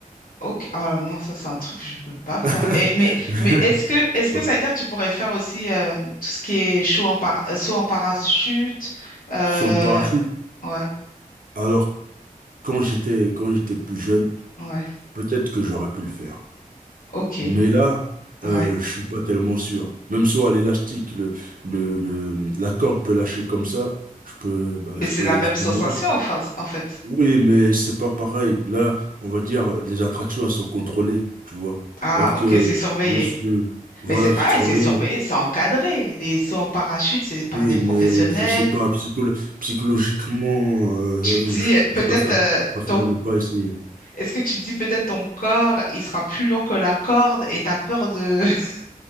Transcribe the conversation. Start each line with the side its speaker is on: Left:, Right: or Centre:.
Left: Ok. Oh non, ça c'est un truc que je peux pas faire.
Right: <laughs>
Left: Et, mais mais est-ce que est-ce que ça veut dire que tu pourrais faire aussi euh, tout ce qui est chaud en par- euh, saut en parachute? euh,
Right: Son parachute,
Left: Ouais,
Right: Alors, quand j'étais quand j'étais plus jeune,
Left: ouais.
Right: peut-être que j'aurais pu le faire.
Left: Ok.
Right: Mais là, euh,
Left: Ouais.
Right: je suis pas tellement sûr. Même sur à l'élastique, le, le, le- la corde peut lâcher comme ça. Je peux, bah,
Left: Mais
Right: je
Left: c'est
Right: peux,
Left: la même
Right: je peux
Left: sensation,
Right: mourir.
Left: enfin, en fait.
Right: Oui, mais c'est pas pareil. Là, on va dire, les attractions, elles sont contrôlées, tu vois.
Left: Ah,
Right: Alors
Left: ok,
Right: que
Left: c'est surveillé.
Right: le, le- voilà,
Left: Mais c'est pareil,
Right: c'est surveillé.
Left: c'est surveillé, c'est encadré. Les sauts en parachute, c'est par
Right: Oui,
Left: des professionnels.
Right: mais je sais pas, psycholo- psychologiquement, euh,
Left: Tu te dis,
Right: je,
Left: euh, peut-être,
Right: je préfère,
Left: euh,
Right: je préfère
Left: ton...
Right: ne pas essayer.
Left: est-ce que tu te dis, peut-être ton corps, il sera plus lourd que la corde et t'as peur de... <laughs>